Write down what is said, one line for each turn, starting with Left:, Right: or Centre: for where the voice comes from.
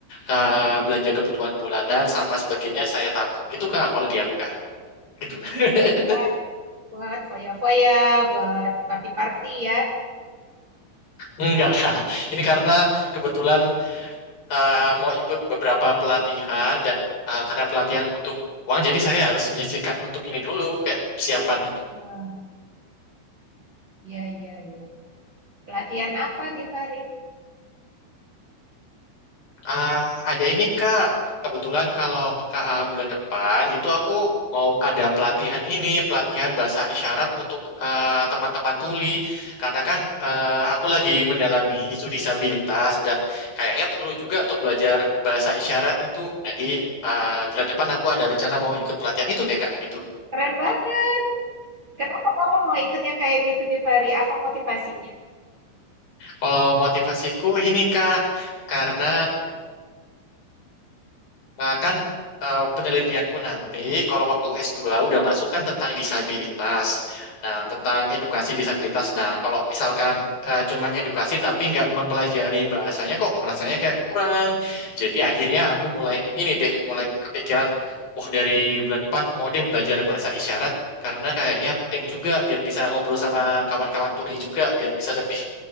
Left: eh, belanja kebutuhan bulanan sama sebagainya saya tabung Itu kak kalau di aku kak gitu <laughs>
Right: Gaji bukan buat buat foya-foya, buat party-party ya.
Left: enggak kak ini karena kebetulan eh, mau ikut beberapa pelatihan dan eh, karena pelatihan butuh uang jadi saya harus menyisihkan untuk ini dulu kayak persiapan
Right: Nah, iya iya iya. Pelatihan apa Gifari?
Left: Ah, ada ini Kak. Kebetulan kalau peka bulan depan itu aku mau ada pelatihan ini, pelatihan bahasa isyarat untuk eh, teman-teman tuli. Karena kan eh, aku lagi mendalami isu disabilitas dan kayaknya perlu juga untuk belajar bahasa isyarat itu. Jadi eh, bulan depan aku ada rencana mau ikut pelatihan itu deh Kak gitu.
Right: Keren banget. Kenapa kamu mau ikut yang kayak gitu Gifari? Apa motivasinya?
Left: Kalau motivasiku ini Kak, karena Nah, kan eh, penelitianku nanti kalau waktu S2 udah masuk kan tentang disabilitas. Nah, tentang edukasi disabilitas. Nah, kalau misalkan eh, cuman edukasi tapi nggak mempelajari bahasanya kok rasanya kayak kurang. Jadi akhirnya aku mulai ini deh, mulai kepikiran, wah dari bulan depan mau deh belajar bahasa isyarat karena kayaknya penting juga biar bisa ngobrol sama kawan-kawan tuli juga biar bisa lebih